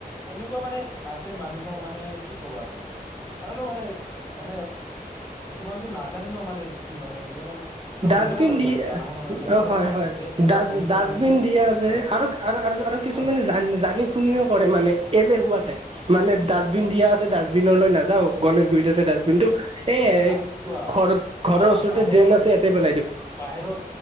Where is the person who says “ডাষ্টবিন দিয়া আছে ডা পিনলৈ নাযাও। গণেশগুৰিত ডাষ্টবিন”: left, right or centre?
Right